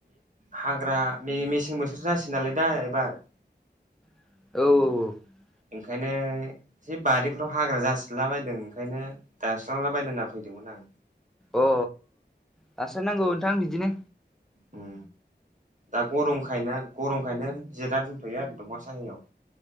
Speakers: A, on the right; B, in the centre.
A: हाग्रा मे मेसें बोथोर जासिगोन नालाय दा एबार
B: औ औ औ
A: ओंखायनो एसे बारिफ्राव हाग्रा जासिला बायदों ओंखायनो दानस्रांलाबायनो होनना फैदोंमोन <unintelligible>
B: अ दासो नांगौ नोंथां बिदिनो।
A: उम दा गरमखायना गरमखायनो जिरायना दंथ'यो आरो दंफां साहायाव